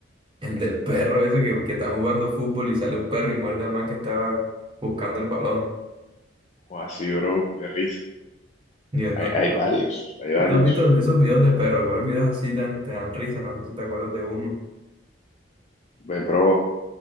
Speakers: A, on the right; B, on the left.
A: el del perro ese que, que están jugando fútbol y sale un perro y muerde al man que estaba buscando el balón?
B: así, bro, de risa.
A: Dios,
B: Hay,
A: ¿no,
B: hay varios, hay varios.
A: no te has visto esos videos de perros? ¿Cuáles videos así tan, te dan risa? No sé si te acuerdas de uno.
B: pero